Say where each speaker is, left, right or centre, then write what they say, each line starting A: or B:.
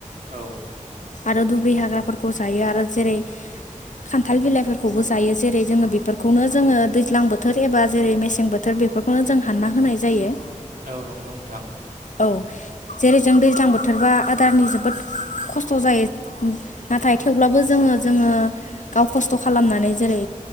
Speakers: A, on the right; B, on the left.
A: औ
B: आरो दुब्रि हाग्राफोरखौ जायो आरो जेरै खान्थाल बिलाइफोरखौबो जायो जेरै जोङो बेफोरखौनो जोङो दैज्लां बोथोर एबा जेरै मेसें बोथोर बेफोरखौनो जों हानना होनाय जायो
A: औ नंगौ नोंथां
B: औ जेरै जों दैज्लां बोथोरबा आदारनि जोबोद खस्थ' जायो नाथाय थेवब्लाबो जोङो जोङो गाव खस्थ' खालामनानै जेरै